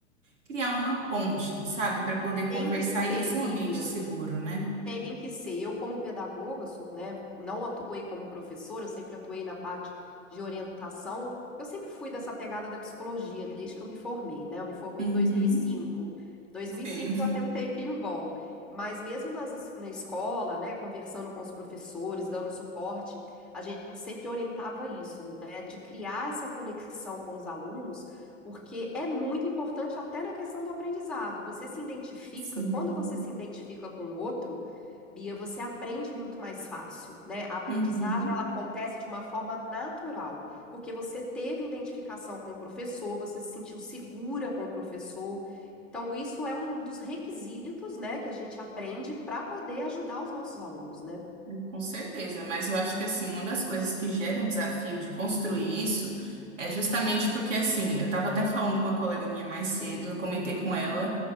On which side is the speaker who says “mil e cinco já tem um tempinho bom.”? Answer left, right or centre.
Centre